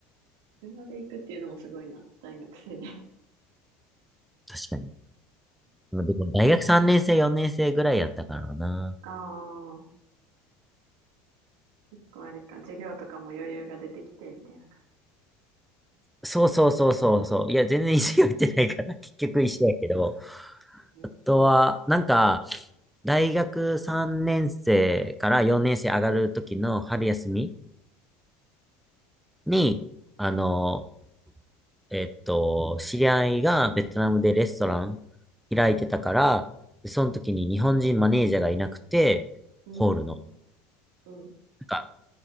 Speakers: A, on the right; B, in the centre.
A: 車で行くっていうのもすごいな。大学生で。<laughs>
B: 確かに。までも大学3年生、4年生ぐらいやったからな。
A: ああ、結構あれか。授業とかも余裕が出てきて、みたいな感
B: そうそうそうそうそう。いや、全然石を行ってないから、<laughs> 結局石やけど。
A: じ。う
B: あとは、なんか、大学3年生から4年生上がる時の春休みに、あの、えっと、知り合いがベトナムでレストラン開いてたから、その時に日本人マネージャーがいなくて、
A: ん。
B: ホールの、
A: うん。うん。
B: なんか、